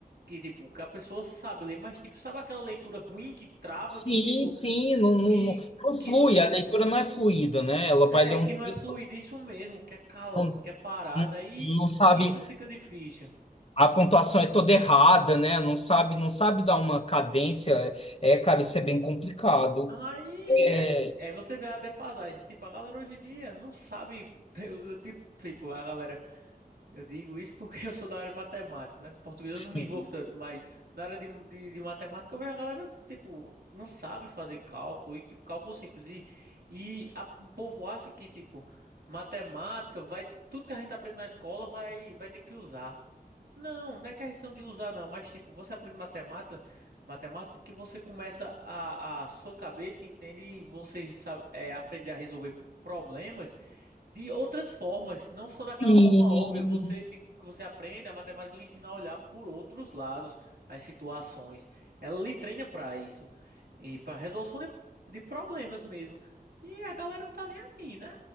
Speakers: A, on the right; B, on the left.
A: que tipo, que a pessoa sabe ler, mas tipo, sabe aquela leitura ruim que trava,
B: Sim,
A: que tipo,
B: sim, não, não,
A: que,
B: não, não flui,
A: que não,
B: a leitura não é fluida, né? Ela
A: é,
B: vai ler um
A: que
B: texto,
A: não é fluido isso mesmo, que é cal,
B: não,
A: que é parada, aí
B: não sabe,
A: isso fica difícil.
B: a pontuação é toda errada, né? Não sabe, não sabe dar uma cadência. É, cara, isso é bem complicado.
A: Aí, é,
B: É,
A: aí você vê a defasagem, tipo, a galera hoje em dia não sabe, <laughs> eu, eu, tipo, tipo, a galera Eu digo isso porque <laughs> eu sou da área de matemática, né? De português eu
B: sim,
A: não me envolvo tanto, mas na área de, de, de matemática eu vejo a galera, tipo, não sabe fazer cálculo, e, tipo, cálculo simples. E, e a- o povo acha que, tipo, matemática vai, tudo que a gente aprende na escola vai, vai ter que usar. Não, não é questão de usar, não, mas, tipo, você aprende matemática, matemática que você começa a, a sua cabeça entende e você sabe, é, aprender a resolver problemas de outras formas, não só daquela
B: sim.
A: forma óbvia. Você, te- que você aprende, a matemática lhe ensina a olhar por outros lados, as situações. Ela lhe treina para isso e para resolução de, de problemas mesmo. E a galera não tá nem aí, né?